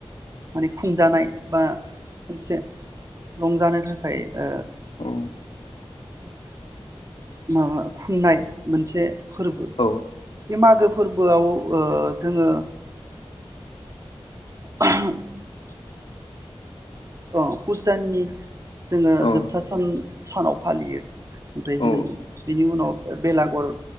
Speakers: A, on the right (about 35°); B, on the left (about 65°).
A: माने खुंजानाय बा मोनसे रंजानो थाखाय ओ
B: औ
A: <inaudible> माबा खुंनाय मोनसे फोरबो
B: औ
A: बे मागो फोरबोआव ओ जोङो <inaudible> अ फुस दाननि जोङो
B: औ
A: जोबथा सान सानाव फालियो ओमफ्राय
B: औ
A: जों बिनि उनाव ओ बेलागुर